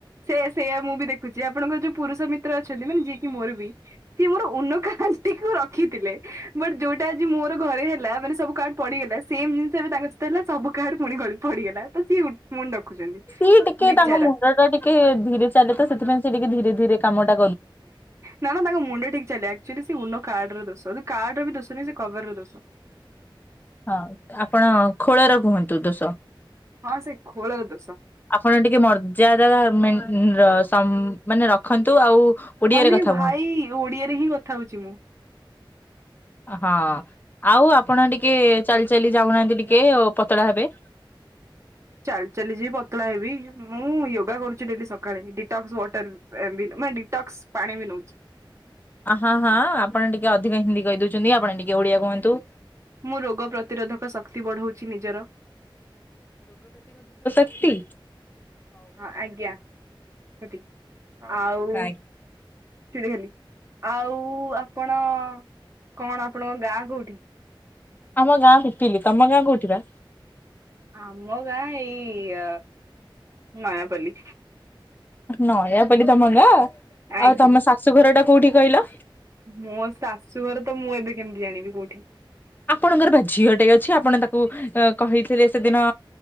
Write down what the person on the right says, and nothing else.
ସେ ସେୟା ମୁଁ ବି ଦେଖୁଛି ଆପଣଙ୍କର ଯୋଉ ପୁରୁଷ ମିତ୍ର ଅଛନ୍ତି ମାନେ କି ମୋର ବି ସିଏ ମୋର ଉନ କାର୍ କୁ ରଖିଥିଲେ ବଟ ଯୋଉଟା ଆଜି ମୋର ଘରେ ହେଲା ମାନେ ସବୁ କାର୍ଡ ପଡିଗଲା। ସେମ ଜିନିଷ ଏବେ ତାଙ୍କହିତ ହେଲା ସବୁ କାଡ ପୁଣି ଗାଳି ପଡ଼ିିଗଲା। ତ ସିଏ ମୁଣି ରଖୁଛନ୍ତି
ବିଚାରା
ନା ନା ତାଙ୍କ ମୁଣ୍ଡେ ଠିକ ଚାଲେଚୁଆଲି ସେ ମୁଣ୍ଡ କାର୍ଡର ଦଶୋ କାର୍ଡରେ ବି ଦଶୋନି ସେ କଭର ର ଦୋଷ।
ହଁ ସେଇ ଖୋଳର ଦୋଷ।
ମାନେ
ଭାଇ
ଓଡିଆରେ ହିଁ କଥା ହଉଛି ମୁଁ?
ଚାଲି ଚାଲି ଯିବି ପତଳା ହେବି ମୁଁ ଯୋଗା କରୁଛି ଡେ ସକାଳେ ଡିଟକ୍ସ ୱାଟରେ ପାଣି ନଉଛି।
ମୁଁ ରୋଗ ପ୍ରତିରୋଧକ ଶକ୍ତି ବଢାଉଛି ନିଜର।
ହଁ ଆଜ୍ଞା। ସେଠି ଆଉ
ସେ ଦେଖି ଆଉ ଆପଣ କଣ ଆପଣଙ୍କ ଗାଁ କୋଉଠି?
ଆମ ଗାଁ ଏଇ ନୟାପଲ୍ଲୀ।
ଆଜ୍ଞା।
ମୋ ଶାଶୁଘର ତ ମୁଁ ଏବେ କେମିତି ଜାଣିବି କୋଉଠି।